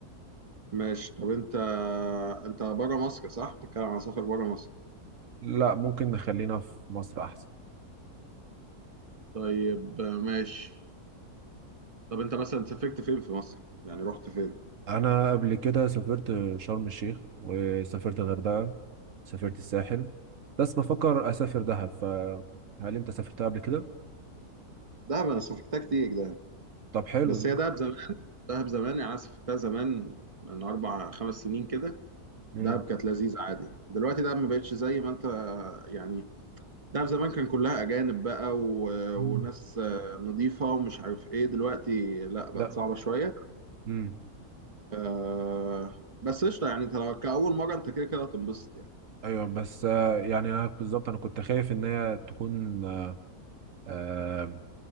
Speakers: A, on the right; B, on the right.
A: ماشي طب انت انت بره مصر صح بتتكلم عن سفر بره مصر
B: لا ممكن نخلينا في مصر احسن
A: طيب آه، ماشي طب انت مثلا سافرت فين في مصر يعني رحت فين
B: انا قبل كده سافرت شرم الشيخ وسافرت الغردقة سافرت الساحل بس بفكر اسافر دهب فهل انت سافرتها قبل كده؟
A: دهب انا سافرتها كتير دهب
B: طب حلو
A: بس هي دهب زمان دهب زمان يعني انا سافرتها زمان من اربع خمس سنين كده
B: ممكن
A: دهب كانت لذيذه عادي دلوقتي دهب ما بقتش زي ما انت آه، يعني دهب زمان كان كلها اجانب بقى و...
B: مم.
A: وناس آه، نضيفه ومش عارف ايه دلوقتي لا بقت
B: لا
A: صعبه شويه
B: امم
A: آه بس قشطه يعني انت لو- كأول مرة انت كده كده هتنبسط يعني
B: ايوه بس آه، يعني انا بالظبط انا كنت خايف ان هي تكون آه،